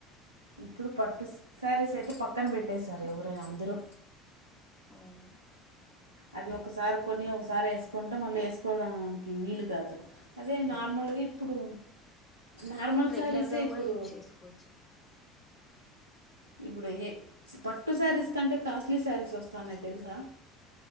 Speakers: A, on the right; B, in the centre.
A: ఇప్పుడు పట్టు శారీస్ అయితే పక్కన పెట్టేస్తారు ఎవరైనా అందరూ
B: అవును
A: అది ఒకసారి కొని ఒకసారి వేసుకుంటే మళ్ళీ వేసుకోవడానికి వీలు కాదు అదే నార్మల్గా ఇప్పుడు నార్మల్
B: రెగ్యులర్
A: శారీసే
B: గా కూడా
A: ఇప్పుడు
B: యూజ్ చేసుకోవచ్చు
A: ఇప్పుడు ఏ పట్టు శారీస్ కంటే కాస్ట్లీ శారీస్ వస్తాన్నాయి తెలుసా